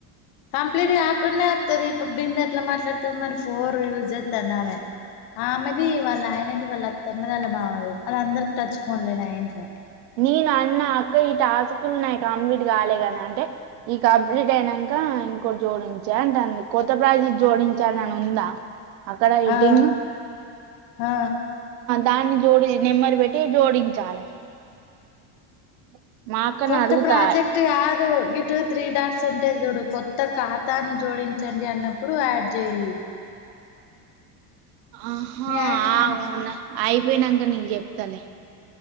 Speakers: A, on the left; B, on the right.
A: కంప్లీట్ కాక్కున్న వొత్తది ఇప్పుడు బింద్ ఎట్లా మాట్లాడుతుంది మరి ఫోర్ యూజ్ చేస్తాంది ఆమె ఆమెది వాళ్ళ ఆయనది వాళ్ళ అత్తమ్మది వాళ్ళ మామది వాళ్ అందరి టచ్ ఫోన్ లేనా ఇంట్లో
B: నేను అన్న అక్క ఈ టాస్కులు నాకు కంప్లీట్ కాలే కద అంటే ఈ కంప్లీట్ అయిన ఇంకా ఇంకోటి జోడించా అంట అ కొత్త ప్రాజీ జోడించానని ఉందా అక్కడ హడ్డింగ్
A: ఆ ఆ
B: దాన్ని జోడి నిెమ్మది పెట్టి జోడించాలి <inaudible>
A: కొత్త
B: అడుగుతా
A: ప్రాజెక్ట్ కాదు నటివ్ త్రీ డాట్స్ ఉంటాయి చూడు కొత్త ఖాతాను జోడించండి అన్నప్పుడు యాడ్ చేయి
B: ఆహా
A: మీ ఆయన
B: అవునా అయిపోయినాక నీకు చెప్తలే